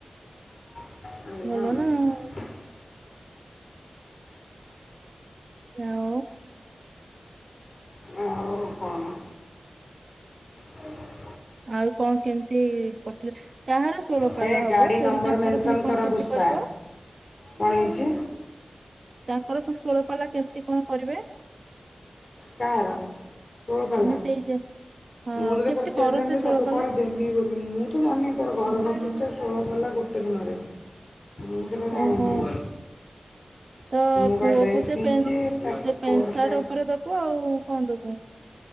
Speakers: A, on the left (about 65°); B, on the right (about 75°).
A: ଆଜ୍ଞା।
B: ଭଲ ନା ଆଉ <unintelligible>
A: ଆଉ କଣ? ହଁ।
B: ଆଉ କଣ କେମିତି କଟିଲ। କାହାର ଷୋଳପଲା
A: ହେ
B: ହବ?
A: ଗାଡ଼ି
B: ସେଇଠି
A: ନମ୍ବର
B: ତାଙ୍କର
A: ମେନସନ୍
B: ପୁଣି କଣ
A: କର
B: କେମତି?
A: ପୁଷ୍ପା
B: କରିବ।
A: କଣ ହେଇଚି?
B: ତାଙ୍କର ପୁଣି ଶୋଳପାଲା କେମିତି କଣ କରିବେ?
A: କାହାର ଷୋଳ ପାଲା?
B: ମାନେ ସେଇ ଯେ ହଁ
A: ମୁଁ ତତେ
B: କେମିତି
A: ପଚାରିଥାନ୍ତି
B: କରନ୍ତି
A: ତାକୁ
B: ଷୋଳପାଲା
A: କଣ ଦେମି ବୋଲି। ମୁଁ ତ ଜାଣିନି ତାର ଘର
B: ଓହୋ
A: ପ୍ରତିଷ୍ଠା ଷୋଳ ପାଲା ଗୋଟେ। ଦିନରେ ମୁ ସେଇଟା ଜାଣିନି।
B: ଓହୋ ତ
A: ମୁଁ ବା
B: ପୁଅକୁ
A: ଡ୍ରେସ୍
B: ସେ
A: କିଣିଛି
B: ପେ
A: ତା
B: ସେ
A: ପୁଅର
B: ପେଣ୍ଟ ସାର୍ଟ
A: ପ୍ୟାଣ୍ଟ
B: ଉପରେ ଦଖୁ ଆଉ କଣ ଦବୁ?